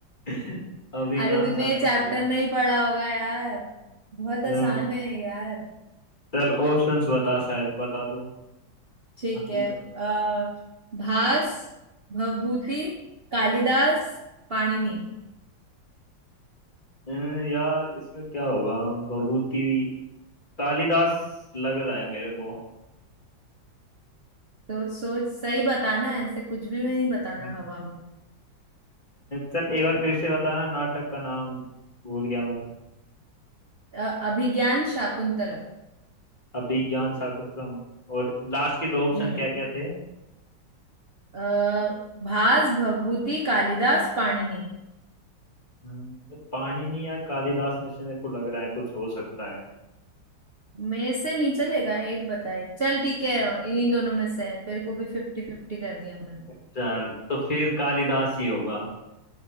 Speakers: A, on the left; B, on the right.
A: <laughs> अभिज्ञान
B: अरे तूने
A: शाकुंतला
B: ये चैप्टर नहीं पढ़ा होगा यार बहुत
A: अ,
B: आसान है ये यार
A: चल ऑप्शंस बता शायद बता दो
B: ठीक
A: अभिज्ञान
B: है आ, भास भवभूति कालिदास पाणिनि
A: शाकुंतला अ, यार इसमें क्या होगा भभूति कालिदास लग रहा है मेरे को
B: तो सोच सही बताना है ऐसे कुछ भी मैं नहीं बताना
A: अ,
B: हवा में
A: चल एक बार फिर से बताना नाटक का नाम भूल गया मैं
B: अ, अभिज्ञान शाकुंतलम
A: अभिज्ञान शाकुंतलम और लास्ट के दो ऑप्शन
B: हम्म
A: क्या क्या थे
B: आ, भास भवभूति कालिदास पाणिनि
A: हम्म, पाणिनि या कालिदास में से मेरे को लग रहा है कुछ हो सकता है
B: में से नहीं चलेगा एक बताए चल ठीक है इन्हीं दोनों में से है तेरे को भी फिफ्टी फिफ्टी कर दिया मैंने
A: चल तो फिर कालिदास ही होगा